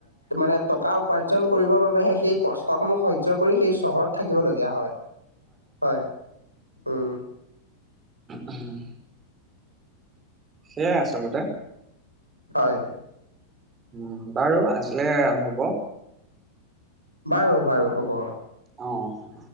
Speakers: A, on the right; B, on the right.
A: মানে টকা উপাৰ্জন কৰিবৰ বাবেহে সেই কষ্ট হম সহ্য কৰি সেই চহৰত থাকিবলীয়া হয়, হয় উম।
B: উম। সেইয়াই আচলতে।
A: হয়।
B: উম বাৰু আজিলে হ'ব।
A: বাৰু বাৰু হ'ব।
B: অ হ'ব।